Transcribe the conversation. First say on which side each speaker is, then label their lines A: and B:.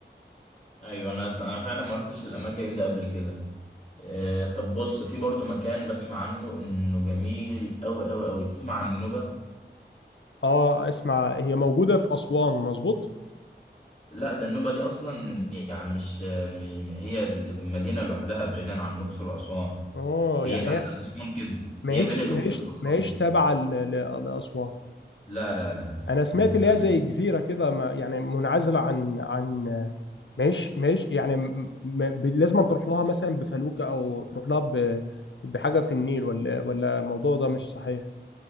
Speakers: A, on the left; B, on the left.
A: ايوه انا انا فعلا ما رحتش الاماكن دي قبل كده آه، طب بص في برضو مكان بسمع عنه انه جميل قوي قوي قوي تسمع عن النوبه
B: اه اسمع هي موجوده في اسوان مظبوط
A: لا ده النوبة دي أصلا يعني مش م- م- هي دي مدينة لوحدها بعيدا عن الأقصر وأسوان
B: اه
A: هي
B: يعني
A: تحت
B: هي
A: أسوان كده
B: ما
A: هي
B: هيش
A: بين الأقصر
B: ما هيش
A: وأسوان
B: ما هيش
A: كده
B: تابعه ل- ل- لاسوان
A: لا لا لا
B: انا سمعت
A: البلد
B: اللي هي زي جزيره كده ما- يعني منعزله عن عن ما هيش ما هيش يعني م- ما- ب- لازم تروح لها مثلا بفلوكه او تروح لها ب- بحاجه في النيل ولا ولا الموضوع ده مش صحيح